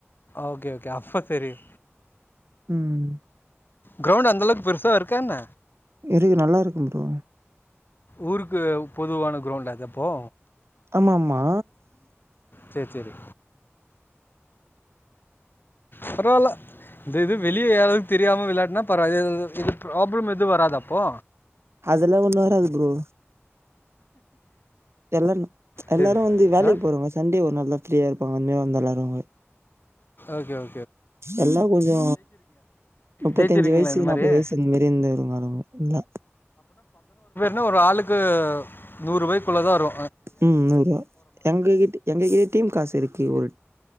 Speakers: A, on the left (about 45°); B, on the right (about 65°).
A: ஓகே ஓகே அப்ப தெரியு
B: ம்
A: கிரௌண்ட் அந்தளுக் பெருசா இருக்கா என்ன
B: இருகு நல்லாருக்கும் ப்ரோ
A: ஊருக்கு பொதுவான கிரௌண்டாதப்போ
B: ஆமா மா
A: சேர் சேரி பரவால்ல இந்த இது வெளிய யாராது தெரியாம விளாட்னா பரவா இது ப்ராப்ளம் எது வராதாப்போ
B: அதல்லா ஒண்ணு வராது ப்ரோ எல்லன்ன எல்லாரு
A: சரி
B: வந்து வேலைக்
A: ஆ
B: போறாவங்க சண்டே ஒரு நாள்தா ஃப்ரியா இருப்பாங்க ஒட்னே வந்தல்லாருவாங்க
A: ஓகே ஓ
B: எல்லா கொஞ்சோ னுப்பத்தஞ்சு
A: ஜெயிச்சிருக்கீங்களா
B: வய்சு
A: இந்த மாதிரி
B: நாப்பது வய்சு இந் மாரி இந்த <inaudible> எல்லா
A: னா ஒராளுக்கு நூறு வய்குள்ள தா வரோ
B: ம் நூறுவா எங்க கிட்ட எங்ககிட்யும் காசிருக்கி ஒரு